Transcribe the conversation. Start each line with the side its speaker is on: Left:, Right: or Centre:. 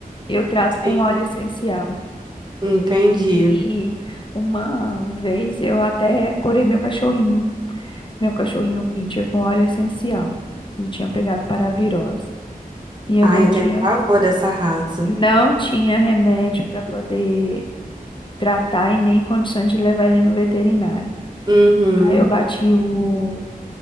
Left: eu trato
Right: sim,
Left: com óleo essencial.
Right: entendi.
Left: E uma vez eu até curei meu cachorrinho, meu cachorrinho pincher com óleo essencial. Ele tinha pegado paravirose e eu
Right: Ai,
Left: não
Right: eu
Left: tinha,
Right: tenho pavor dessa raça.
Left: não tinha remédio para poder tratar e nem condições de levar ele no veterinário.
Right: Uhum,
Left: Aí eu bati o